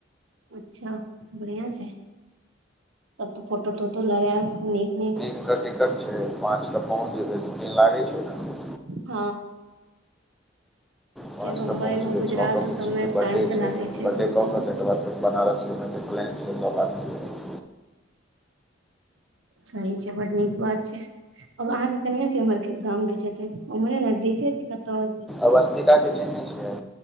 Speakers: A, on the right; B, in the centre.
A: अच्छा बढ़िआ छै, तब तऽ फोटो - तोटो लगेब नीक- नीक।
B: ज टिकट छै, पांच कऽ पहुंच जेबै दु दिन लागै छै। ने
A: ह - ह।
B: पाँच
A: बम्बई
B: क पहुँचबै
A: हो गुजरात
B: छ कऽ
A: हो
B: बुच्ची
A: सबमे
B: के बर्डे
A: टाइम तऽ
B: छै
A: लागे
B: बर्डे
A: दू
B: कऽ
A: तीन
B: के
A: दिन
B: तकर बाद बनारस घुमै के प्लेन छै, सब आदमी के।
A: सही छै, बड नीक बात छै। और अहाँके कनिया केम्हर के गाम के छथिन, उम्हरे नजदीके के कतो और?
B: अवन्तिका के चिन्है छियै?